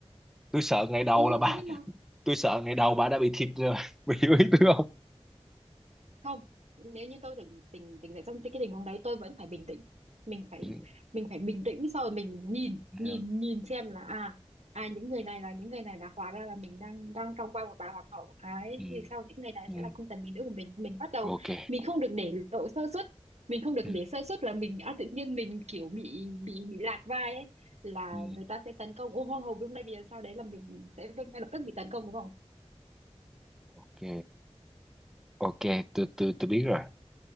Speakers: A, in the centre; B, on the right.
A: tôi sợ ngày đầu
B: ừ
A: là bà
B: thế nhưng mà
A: tôi sợ ngày đầu bà đã bị thịt rồi <laughs> bà hiểu ý tôi không
B: không nếu như tôi từng tình tình tỉnh dậy trong cái tình huống đấy tôi vẫn phải bình tĩnh mình phải
A: ừ,
B: mình phải bình tĩnh sau rồi mình nhìn
A: ừ,
B: nhìn nhìn xem là à à những người này là những người này là hóa ra là mình đang đang trong vai một bà hoàng hậu ấy
A: ừ,
B: thì sau những người này
A: ừ,
B: sẽ
A: ừ.
B: là cung tần mỹ nữ của mình mình bắt đầu
A: ok
B: mình không được để lộ sơ suất mình không được
A: ừ,
B: để sơ suất là mình à, tự nhiên mình kiểu bị bị bị lạc vai ấy là
A: ừ,
B: người ta sẽ tấn công ô hô hô đúng đây vì sao đấy là mình sẽ ngay lập tức bị tấn công đúng không
A: ok ok tôi tôi tôi biết rồi